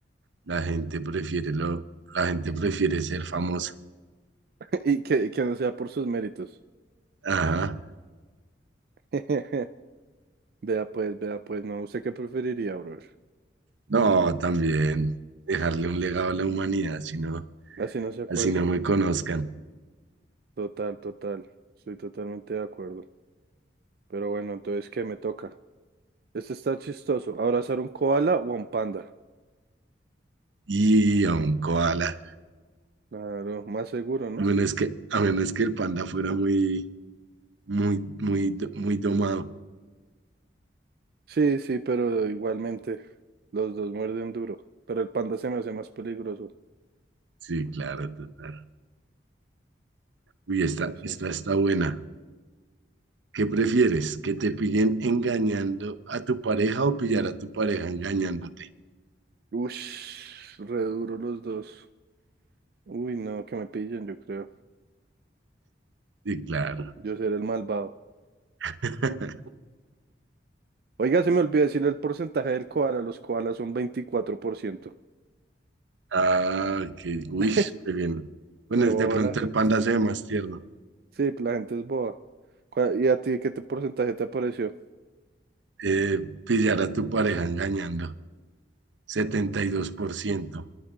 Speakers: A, on the right; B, on the right.
A: la gente prefiere lo, la gente prefiere ser famosa.
B: <laughs> Y que, que no sea por sus méritos.
A: Ajá.
B: <laughs> Vea pues, vea pues, no. ¿Usted qué preferiría, brother?
A: No, también dejarle un legado a la humanidad, si no,
B: Así no se acuerdan.
A: así no me conozcan.
B: Total, total. Estoy totalmente de acuerdo. Pero bueno, entonces, ¿qué me toca? Este está chistoso. ¿Abrazar un koala o un panda?
A: Y a un koala,
B: Claro, más seguro, ¿no?
A: a menos que, a menos que el panda fuera muy, muy, muy, do- muy domado.
B: Sí, sí, pero igualmente los dos muerden duro. Pero el panda se me hace más peligroso.
A: Sí, claro, total. Uy, esta,
B: Sí, sí,
A: esta
B: sí.
A: está buena. ¿Qué prefieres? ¿Que te pillen engañando a tu pareja o pillar a tu pareja engañándote?
B: Ush, re duro los dos. Uy, no, que me pillen, yo creo.
A: Sí, claro.
B: Yo seré el malvado.
A: <laughs>
B: Oiga, se me olvidó decir el porcentaje del koala. Los koalas son 24%.
A: Ah, que, uy,
B: <laughs>
A: qué bien. Bueno,
B: Reboba
A: de pronto
B: la gente.
A: el panda se ve más tierno.
B: Sí, la gente es boba. ¿Cuál- ¿Y a ti qué te porcentaje te apareció?
A: Eh, pillar a tu pareja engañando. setenta y dos por ciento.